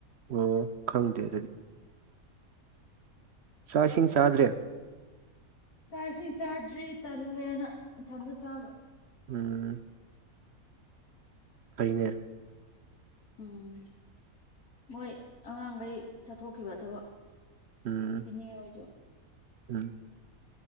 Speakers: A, on the right; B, on the left.
A: ꯑꯣ ꯈꯪꯗꯦ ꯑꯗꯨꯗꯤ ꯆꯥꯛ ꯏꯁꯤꯡ ꯆꯥꯗ꯭ꯔꯦ
B: ꯆꯥꯛ ꯏꯁꯤꯡ ꯆꯥꯗ꯭ꯔꯤ ꯇꯜꯂꯦꯅ ꯏꯊꯟꯇ ꯆꯥꯕ
A: ꯎꯝ ꯐꯅꯦ
B: ꯎꯝ ꯃꯣꯏ ꯑꯉꯥꯡꯈꯩ ꯆꯠꯊꯣꯛꯈꯤꯕ ꯊꯕꯛ
A: ꯎꯝ
B: ꯏꯅꯦ ꯑꯣꯏꯖꯨ
A: ꯎꯝ